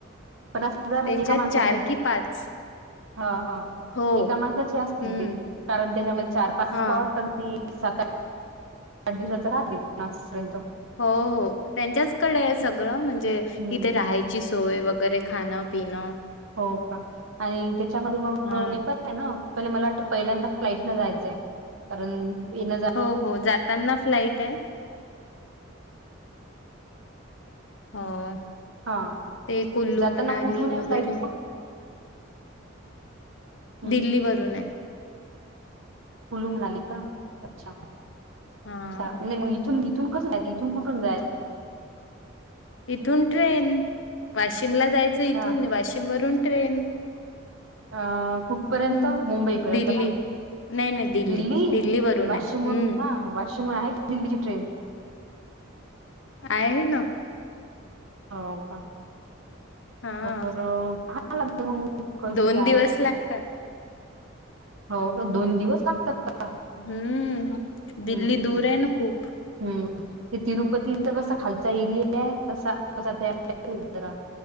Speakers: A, on the right; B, on the left.
A: पन्नास हजार
B: त्याच्यात
A: एका माणसाचे?
B: चार कि पाच
A: ह हा
B: हो
A: एका माणसाचे असतील
B: हम्म
A: ते कारण त्याच्यामध्ये चार पाच
B: हा
A: स्पॉट <unintelligible> सात आठ आठ दिवसाचा राहते नापर्यंत.
B: हो हो त्यांच्याचकडे आहे सगळं म्हणजे
A: हम्म
B: इिथे राहायची सोय वगैर. वगैरे खान पिन.
A: हो का आणि त्याच्यामध्ये मग
B: हा
A: हेपण आहे ना प मला वाटतें पहिल्यांदा फ्लाइट न जायचंय. कारण येणं जाणं
B: हो हो जाताना फ्लाईट आहे. ह
A: हा
B: ते कुल्लू
A: जाताना
B: मनाली
A: कुठून आहे
B: वगैरे.
A: फ्लाईट मग
B: दिल्ली वरून आहे.
A: कुलू मणाली का अच्छा
B: हा
A: नाही मग इथून इथून कसं जायच इथून कुठून जायच
B: इथून ट्रेन वाशिमला जायचं
A: अच्छा
B: इथून वाशिम वरून ट्रे
A: अं कुठपर्यंत
B: हम्म
A: मुंबईपर्यंत
B: दिल्ली
A: का?
B: नाही नाही
A: दिल्ली
B: वरून
A: वाशिम
B: आहे हम्म
A: वरुन का. <unintelligible> आहे दिल्ली ट्रेन
B: आहे ना.
A: हो का
B: हा
A: <unintelligible> मग कशी
B: दोन
A: काय
B: दिवस
A: तर.
B: लागतात.
A: हो दोन दिवस लागतात का?
B: हम्म दिल्ली
A: हम्म
B: दूर आहे ना खूप.
A: हम्म ते तिरुपतीचा कसा खालचा एरिया आहे तसा तसा त्या <unintelligible>